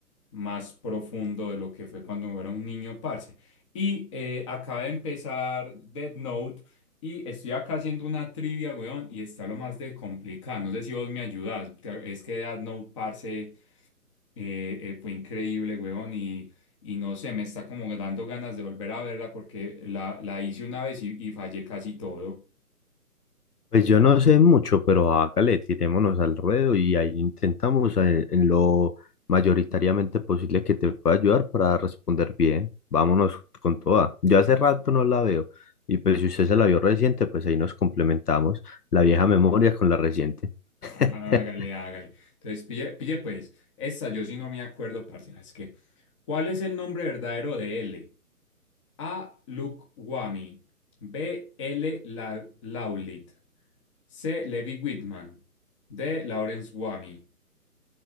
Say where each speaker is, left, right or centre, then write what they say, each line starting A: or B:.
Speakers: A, on the left; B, on the left.
A: más profundo de lo que fue cuando era un niño, parce. Y eh, acaba de empezar Dead Note y estoy acá haciendo una trivia, weón, y está lo más de complicado. No sé si vos me ayudas. te- Es que Dead Note, parce, eh, eh, fue increíble, weón, y, y no sé, me está como dando ganas de volver a verla porque la, la hice una vez y, y fallé casi todo.
B: Pues yo no sé mucho, pero hágale, tirémonos al ruedo y ahí intentamos eh, en, lo mayoritariamente posible que te pueda ayudar para responder bien. Vámonos con toda. Yo hace rato no la veo y pues si usted se la vio reciente, pues ahí nos complementamos la vieja memoria con la reciente. <laughs>
A: Hágale, hágale. Entonces, pille, pille pues, esta yo sí no me acuerdo, parce. Es que, ¿cuál es el nombre verdadero de L? A. Lukwami. B. L. La- Laulit. C. Levi Whitman. D. Lawrence Wamy.